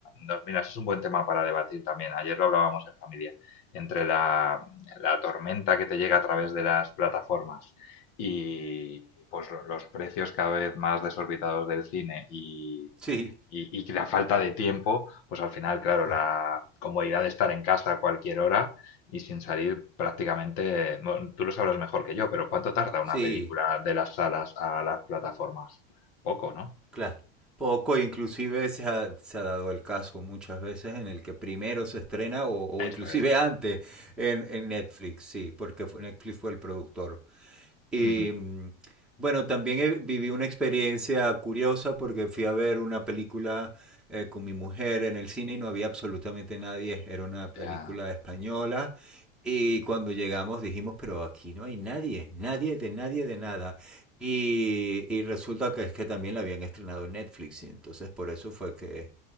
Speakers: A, on the left (about 45°); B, in the centre.
A: no, mira, eso es un buen tema para debatir también. Ayer lo hablábamos en familia. Entre la, la tormenta que te llega a través de las plataformas y pues lo- los precios cada vez más desorbitados del cine y,
B: Sí.
A: y, y la falta de tiempo, pues al final, claro,
B: Ah.
A: la comodidad de estar en casa a cualquier hora y sin salir prácticamente, bueno, tú lo sabrás mejor que yo, pero ¿cuánto tarda una
B: Sí.
A: película de las salas a las plataformas? Poco, ¿no?
B: Claro. Poco, inclusive se ha, se ha dado el caso muchas veces en el que primero se estrena o, o
A: Eso
B: inclusive
A: es.
B: antes en, en Netflix, sí, porque fue- Netflix fue el productor. Y
A: Ujú,
B: mm, bueno, también he- viví una experiencia curiosa porque fui a ver una película eh, con mi mujer en el cine y no había absolutamente nadie. Era una película
A: Ya,
B: española. Y cuando llegamos dijimos, pero aquí no hay nadie, nadie de nadie de nada. Y, y resulta que es que también la habían estrenado en Netflix. Y entonces por eso fue que